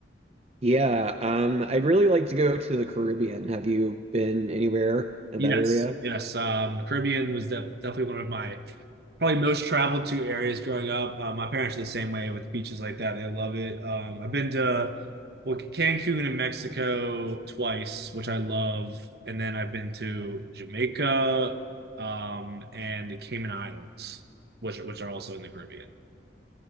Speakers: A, on the right; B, on the right.
A: Yeah, um, I'd really like to go to the Caribbean. Have you been anywhere in
B: Yes,
A: that area?
B: yes. Um, the Caribbean was def definitely one of my probably most traveled to areas growing up. Uh, my parents are the same way with beaches like that. They love it. Um, I've been to well, Cancun in Mexico twice, which I love, and then I've been to Jamaica, um, and the Cayman Islands, which which are also in the Caribbean. <laughs>